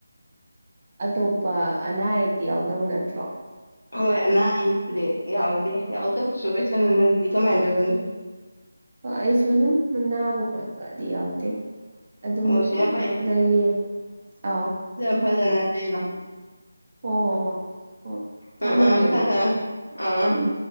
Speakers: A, on the right; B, on the left.
A: ꯑꯇꯣꯞꯄ ꯑꯅꯥ ꯑꯌꯦꯛꯇꯤ ꯌꯥꯎꯗꯕ ꯅꯠꯇ꯭ꯔꯣ
B: ꯍꯣꯏ ꯑꯅꯥ ꯑꯌꯦꯛꯄꯨꯗꯤ ꯌꯥꯎꯗꯦ ꯌꯥꯎꯗꯕꯁꯨ ꯑꯣꯏꯁꯅꯨ ꯅꯪꯗꯤ ꯀꯃꯥꯏꯅ ꯇꯧꯅꯤ
A: ꯑꯩꯁꯨꯅꯟꯅꯅꯥꯕ ꯀꯣꯠꯗꯤ ꯌꯥꯇ ꯑꯗꯨꯝ
B: ꯑꯣ ꯁꯤꯅ ꯐꯩ
A: ꯂꯩꯔꯤꯌꯦ ꯑꯥꯎ
B: ꯐꯖꯂꯅ ꯏꯗ
A: ꯍꯣꯏ ꯍꯣꯏ ꯍꯣꯏ ꯍꯣꯏ ꯊꯝꯃꯒꯦ
B: ꯎꯝ ꯎꯝ ꯈꯔ
A: ꯑꯗꯨꯗꯤ
B: ꯈꯔ ꯑꯥ
A: ꯎꯝ